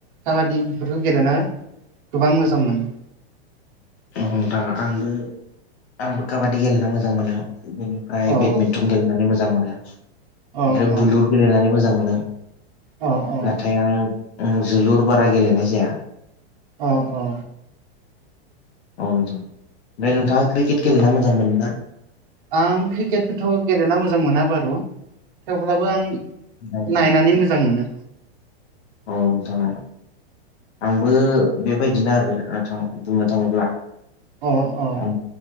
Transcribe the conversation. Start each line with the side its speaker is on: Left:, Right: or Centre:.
Right: काबादि बेफोरखौ गेलेना गोबां मोजां मोनो
Left: अ नोंथां आंबो आंबो काबादि गेलेना मोजां मोनो बेनो ओमफ्राय
Right: अ
Left: बेडमिन्टन गेलेनानै मोजां मोनो ओमफ्राय
Right: अ अ
Left: बुलुर गेलेनानै मोजां मोनो
Right: अ अ
Left: नाथाय आं उम जोलुर बारा गेलेनाय जाया
Right: अ अ
Left: औ नोंथां ओमफ्राय नोंथाङा क्रिकेट गेलेना मोजां मोनो ना?
Right: आं क्रिकेटखौथ' गेलेना मोजां मोना बारु थेवब्लाबो आं
Left: औ नोंथां।
Right: नायनानै मोजां मोनो
Left: औ नोंथां आं बो बेबायदिनो आरो नोंथां बुंनो थाङोब्ला
Right: अ अ
Left: आं